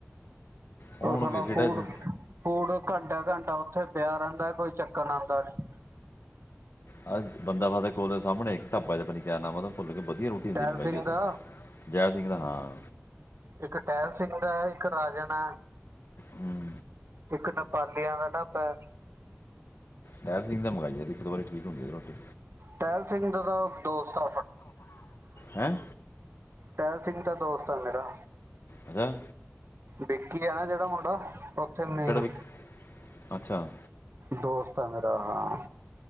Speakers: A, on the left; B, on the right.
A: ਉਹ
B: ਓਥੋਂ
A: ਹੁਣ ਕਿ-
B: ਦਾ
A: ਕਿਹੜਾ
B: ਫੂਡ,
A: ਜਾ
B: ਫੂਡ ਘੰਟਾ-ਘੰਟਾ ਓਥੇ ਪਿਆ ਰਹਿੰਦਾ ਕੋਈ ਚੱਕਣ ਆਦਾ ਨੀ।
A: ਆਹ ਬੰਦਾ ਬਹਾਦਰ ਕੋਲ ਸਾਮਣੇ ਆ ਇੱਕ ਢਾਬਾ ਜਾ ਪਤਾ ਨੀ ਕੇਆ ਨਾਮ ਆ ਓਦਾ ਭੁੱਲ ਗਿਆ, ਵਧੀਆ ਰੋਟੀ ਹੁੰਦੀ
B: ਟਹਿਲ
A: ਮੰਗਾਈ
B: ਸਿੰਘ
A: ਆ ਅਸੀਂ।
B: ਦਾ
A: ਜੈ ਸਿੰਘ ਦਾ, ਹਾਂ।
B: ਇੱਕ ਟਹਿਲ ਸਿੰਘ ਦਾ ਐ, ਇੱਕ ਰਾਜਨ ਐ,
A: ਹੂੰ
B: ਇੱਕ ਨ ਪਾਲੀਆਂ ਦਾ ਢਾਬਾ।
A: ਟਹਿਲ ਸਿੰਘ ਦੇਓ ਮੰਗਵਾਈ ਆ ਅਸੀ ਇਕ-ਦੋ ਵਾਰੀ ਠੀਕ ਹੁੰਦੀ ਆ ਏਦੀ ਰੋਟੀ।
B: ਟਹਿਲ ਸਿੰਘ ਦਾ ਤਾਂ ਦੋਸਤ ਆ
A: ਹੈਅ?
B: ਟਹਿਲ ਸਿੰਘ ਤਾ ਦੋਸਤ ਆ ਮੇਰਾ।
A: ਅੱਛਾ‌।
B: ਵਿੱਕੀ ਆ ਨਾ ਜੇਹੜਾ ਮੁੰਡਾ ਮੇਨ
A: ਕਿਹੜਾ ਵਿੱਕੀ? ਅੱਛਾ
B: ਦੋਸਤ ਆ ਮੇਰਾ, ਹਾਂ,